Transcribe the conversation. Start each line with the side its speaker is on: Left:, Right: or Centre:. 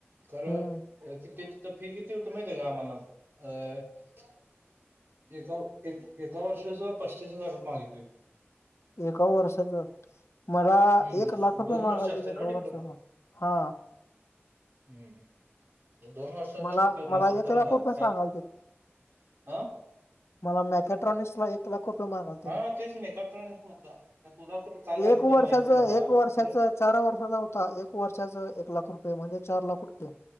Right: खरंऽ
Left: हम्म
Right: कि तर फी किती होत माहिती आहे का समाधान? अं ऽ एका, एक एका वर्षाचं पस्तीस हजार रुपय मागितलीत.
Left: एका वर्षाच,, मला
Right: हम्म
Left: एक लाख रुपये
Right: दोन
Left: मागायलतीत
Right: वर्ष असते ना
Left: एका
Right: डिप्लोमा
Left: वर्षाच,, हा.
Right: हम्म हम्म. दोन वर्षाच
Left: मला
Right: किती होणार?
Left: मला
Right: सत्तर
Left: एक लाख
Right: हजार
Left: रुपये
Right: त्यात
Left: सांगालते
Right: अऽ
Left: मला मॅकेट्रॉनिक्स आनी एकऽ एक लाख रुपये मागालतीत,,
Right: हा तेच मेकाट्रॉनिक्स मधलं आता तुला कुठं काय सांगितलं
Left: एक वर्षाच
Right: माहित नाही मला
Left: एक वर्षाचऽ
Right: खरं
Left: चार वर्षाचा हुता,, एक वर्षाच एक लाख रुपय म्हणजे चार लाख रुपय.